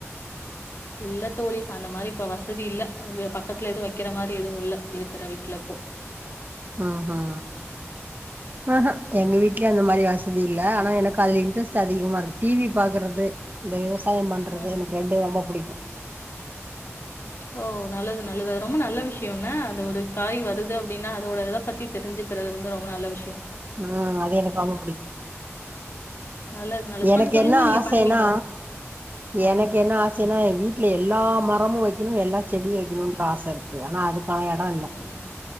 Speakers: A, on the left; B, on the right.
A: இல்ல தோழி அந்த மாரி இப்ப வசதி இல்ல பக்கத்துல எதுவு வைக்கிற மாரி எதுவு இல்ல இருக்கிற வீட்ல இப்போ ச்
B: ஆ ஹா ஆ ஹா எங்க வீட்லயு அந்த மாரி வசதி இல்ல ஆனா எனக்கு அதுல இன்ட்ரெஸ்ட் அதிகமா இருக்கு டிவி பாக்குறது இந்த விவசாயோ பண்றது
A: ம்
B: எனக்கு ரெண்டு ரொம்ப புடிக்கு
A: ஓ நல்லது நல்லது அது ரொம்ப நல்ல விஷ்யோ என்ன அந்ந ஒரு காய் வருது அப்டின்னா அதோட இத பத்தி தெரிஞ்சுக்கிறது வந்து ரொம்ப நல்ல விஷ்யோ
B: ம் அது எனக்கு ரொம்ப புடிக்கு
A: நல்லது, நல்லது.
B: எனக்கு
A: கொஞ்சம் சொல்லுங்க
B: என்ன
A: நீங்க
B: ஆசைனா
A: பண்ணுவீங்களா? ஆ.
B: எனக்கு என்ன ஆ சேனா ஏ வீட்ல எல்லா மரமு வைக்கனு எல்லா செடியு வைக்கனுன்ற ஆச இருக்கு ஆனா அதுக்கான எடோ இல்ல
A: ம்